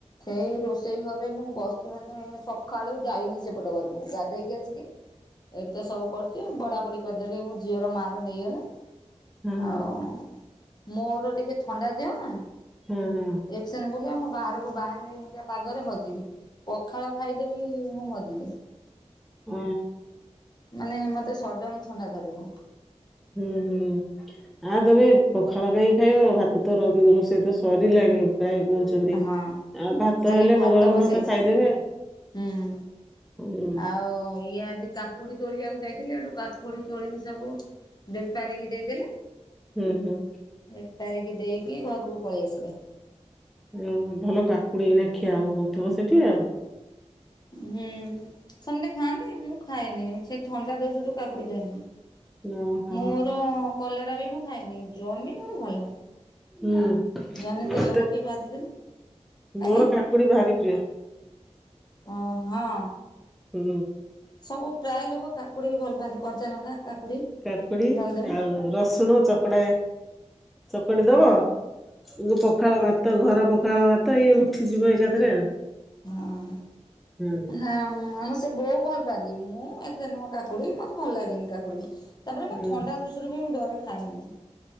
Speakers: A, on the left (about 35°); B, in the centre.
A: ସେଇ ରୋଷ୍ ସେଇ ଘରେ ମୁଁ ବସଚି ମାନେ ସଖାଳୁ ଯାଇନି ସେପଟ ଘରକୁ ଗାଧେଇକି ଆସିକି ଏତେ ସବୁ କରୁଚି ବଢାବଢି କରିଦେଲି ମୋ ଝିଅର ମାର ନେଇଗଲେ।
B: ହଁ
A: ଆଉ
B: ହଁ
A: ମୋର ଟିକେ ଥଣ୍ଡା ଦେହ ନା
B: ହଁ ହଁ
A: ଏକସେନେ ଫୁଲିଆ ମୁଁ ବାହାରକୁ ବାହାରିନେ ଏମିତିଆ ପାଗରେ ମରଯିବି। ପଖାଳ ଖାଇଦେବି ମୁଁ ମରଯିବି।
B: ଅଁ
A: ମାନେ ମତେ ସଡନ ଥଣ୍ଡା ଧରିବ।
B: ହୁଁ ହୁଁ ଆଉ ତମେ ପଖାଳ କାଇଁ ଖାଇବ ଭାତ ତ ର ରୋଷେଇ ତ ସରିଲାଣି। ଫେବ୍ରାଇଟ। କହୁଛନ୍ତି
A: ହଁ
B: ଆ ଭାତ
A: ଖାଲି
B: ହେଲେ ଗରମ
A: ବସେଇଛି
B: ଭାତ ଖାଇଦେବେ।
A: ହୁଁ
B: ହୁଁ
A: ଆଉ ଇଏ ଆଜି। କାକୁଡି ତୋଳିଆକୁ ଯାଇଥିଲେ ହେଟୁ କାକୁଡି ତୋଳି କି ସବୁ ବେପାରୀକି ଦେଇଦେଲେ।
B: ହୁଁ ହୁଁ।
A: ବେପାରୀ କିି ଦେଇକି ଘରକୁ ପଳେଇ ଆସିଲେ।
B: ଉଁ ହୁଁ ଭଲ କାକୁଡି ଏଇନା ଖିଆ ହଉଥିବ ସେଠି ଆଉ।
A: ହୁଁ ସେମତେ ଖାଆନ୍ତି ମୁଁ ଖାଏନି ସେ ଥଣ୍ଡା ଦୋଷରୁୁ କାକୁଡି ଖାଏନି।
B: ଓହୋ।
A: ମୋର କଲରା ବି ମୁଁ ଖାଇନି ଜହ୍ନି ମୋର ଭଲ।
B: ହୁଁ।
A: ଜନି
B: ମତେ
A: ତେଲ ପକେଇ ଭାଜିଦେଲେ
B: ମୋର
A: ଆଜ୍ଞା।
B: କାକୁଡି ଭାରି ପ୍ରିୟ
A: ହ ହଁ।
B: ହୁଁ।
A: ସବୁ ପ୍ରାୟ ଲୋକ କାକୁଡ଼ିକି ଭଲ ପାଆନ୍ତି କଞ୍ଚା ଲଙ୍କା। କାକୁଡି
B: କାକୁଡି
A: ଡାଲିଦେବେ
B: ଆଉ ରସୁଣ ଚକଡା। ଚକଟି ଦବ ଏ ଯୋଉ ପଖାଳ ଭାତ ଘର ପ ଖାଳ ଭାତ ଇଏ ଉଠିଯିବ ଏକାଥରେ ଆଉ।
A: ହଁ
B: ହୁଁ
A: ନା ମୋର। ସେ ବୋଉ ଭଲ ପାଆନ୍ତି ମୁଁ ଏତେ ନୁଅ କାକୁଡି ମତେ ଭଲ ଲାଗେନି କାକୁଡି। ତାପରେ
B: ହୁଁ
A: ମୋ ଥଣ୍ଡା ଦୋଶରୁ ବି ମୁଁ ଡରେ ଖାଏନାଇ।